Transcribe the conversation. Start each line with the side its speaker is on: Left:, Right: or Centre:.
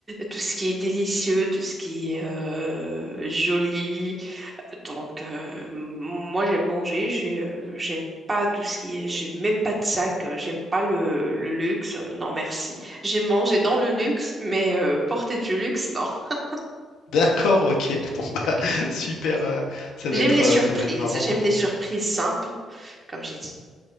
Right: tout ce qui est délicieux, tout ce qui est euh, joli. Donc, euh, moi, j'aime manger. J'ai, euh, j'aime pas tout ce qui est. J'aime même pas de sac. euh, J'aime pas le, le luxe. Non, merci. J'aime manger dans le luxe, mais euh, porter du luxe, non. <laughs>
Left: D'accord, ok. <laughs> Bon
Right: Ok.
Left: bah super. euh, ça
Right: J'aime
Left: doit être,
Right: les surprises.
Left: euh, ça doit être marrant
Right: J'aime
Left: pour ta...
Right: les surprises simples, comme j'ai dit.